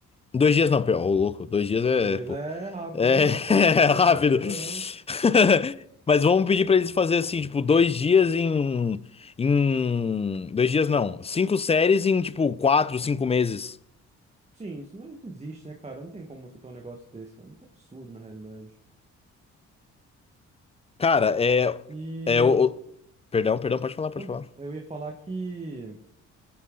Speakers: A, on the left (about 20°); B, on the right (about 20°).
A: Dois dias não, pera, ô louco, dois dias é
B: Dois dias
A: pouco.
B: é rápido,
A: É,
B: hein? Rapaz,
A: <laughs>
B: que série
A: rápido.
B: rápida, caramba.
A: <laughs> Mas vamos pedir pra eles fazer assim, tipo, dois dias em, em, dois dias não, cinco séries em tipo quatro, cinco meses.
B: Sim, isso não existe, né, cara? Não tem como você ter um negócio desse, cara. É Muito absurdo, na realidade.
A: Cara, é,
B: E
A: é o, o- perdão, perdão, pode falar, pode
B: Não,
A: falar.
B: eu ia falar que.